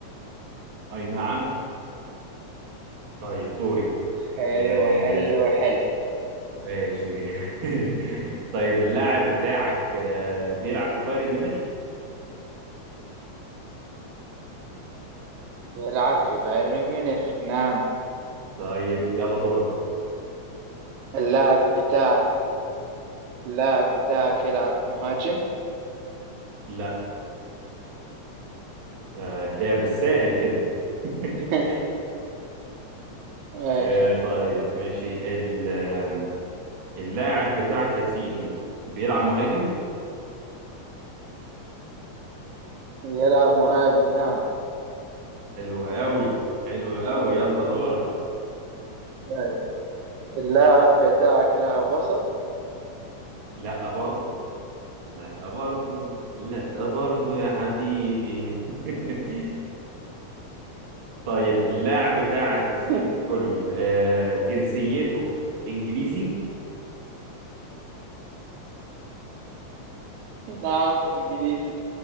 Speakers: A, on the right (about 50°); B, on the right (about 80°).
A: اي نعم طيب دوري
B: حلو
A: آه،
B: حلو حلو
A: ماشي <laughs> طيب اللاعب بتاعك آه، بيلعب في بايرن ميونخ
B: يلعب في بايرن ميونخ نعم
A: طيب يلا دورك
B: اللاعب بتاعك اللاعب بتاعك يلعب مهاجم
A: لا آه، كده بالساهل كده <laughs>
B: <laughs> ماشي
A: آه، طيب ماشي ال- آه، اللاعب بتاعك يا سيدي بيلعب مهاجم
B: يلعب مهاجم نعم
A: حلو قوي حلو قوي يلا دورك
B: طيب. اللاعب بتاعك لاعب وسط
A: لا برضه لا برضه لا برضه يا حبيبي <laughs> طيب اللاعب بتاعك يا سيدي
B: <laughs>
A: الكل آه، جنسيته انجليزي
B: <laughs> نعم انجليزي